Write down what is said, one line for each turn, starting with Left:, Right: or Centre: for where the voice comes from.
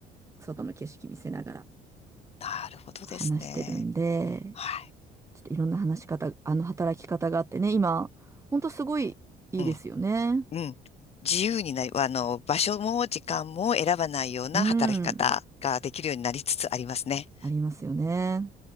Right: 外の景色見せながら
Left: なるほどですね。
Right: 話してるんで、
Left: はい。
Right: ちょっといろんな話し方、あの働き方があってね、今、ほんとすごいいいですよね。
Left: うん、うん。自由になり、あの、場所も時間も選ばないような働き方ができるようになりつつありますね。
Right: うん、ありますよね。